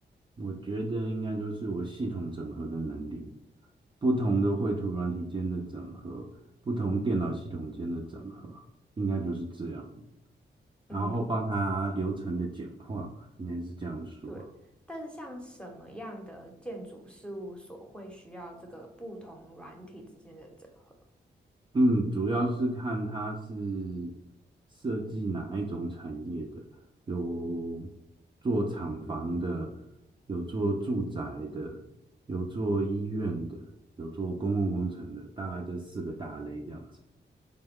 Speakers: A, on the right; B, in the centre.
A: 我觉得应该就是我系统整合的能力，不同的绘图软体间的整合，不同电脑系统间的整合，应该就是这样。然后帮他流程的简化吧应该是这样说。
B: 嗯，对。但是像什么样的建筑事务所会需要这个不同软体之间的整合，
A: 嗯，主要是看他是设计哪一种产业的，有做厂房的，有做住宅的，有做医院的，有做公共工程的，大概这四个大类这样子。